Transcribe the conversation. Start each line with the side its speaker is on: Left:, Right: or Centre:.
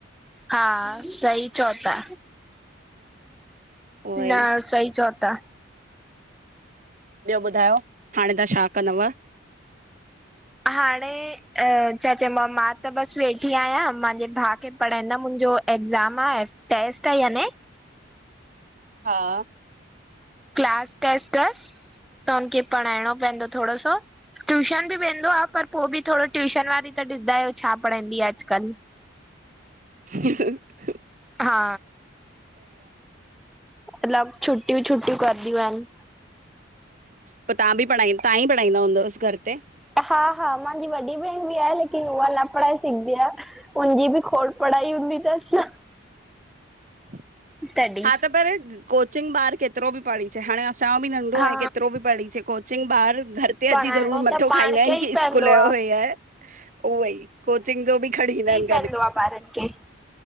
Centre: हा सही चओ ता
Right: उहो
Centre: न
Right: ई
Centre: सही चओ ता
Right: ॿियो ॿुधायो हांणें तहां छा कंदव?
Centre: हांणें अ छा चयॿो आ मां त बसि वेठी आहियां मांजे भाउ खे पढ़ाईंदमि हुन्जो एक्ज़ाम आहे टेस्ट आ याने
Right: हा
Centre: क्लास टेस्ट तसि त हुनिखे पढ़ाइणों पैंदो थोड़ो सो ट्यूशन ॿि वेंदो आ पर पो ॿि थोरो ट्यूशन वारी त ॾिस्दा आहियो छा पढ़ांइदी आ अॼुकल्ह
Right: खाली जवाब <inaudible>
Centre: हा मतलब छुट्टीयूं छुट्टीयूं करदियूं आहनि।
Right: पो तहां ॿि पढ़ाईं, तहांई पढ़ाईंदा हुंदवस घर पे
Centre: हा हा मांजी वॾी भेंण ॿि आहे लेकिन उहा न पढ़ाए सघदी आ उनजी ॿि खोड़ पढ़ाई हूंदी तस न
Right: खाली जवाब
Centre: तॾहिं
Right: हा त पर कोचिंग ॿार केतिरो ॿि पढ़ी चे हांणें असांजो ॿि नंढो
Centre: हा
Right: आहे केतिरो ॿि पढ़ी चे कोच चिंग बार घर हिते
Centre: पढ़ाइणो
Right: अची ज़रूर मथो
Centre: त पाण
Right: खाईंदा
Centre: खे
Right: इन
Centre: ई
Right: की
Centre: पवंदो
Right: स्कूल जो हे आहे उहोई कोचिंग जो ॿि खणीं ईंदा आहिन
Centre: पैंदो आ ॿारनि खे,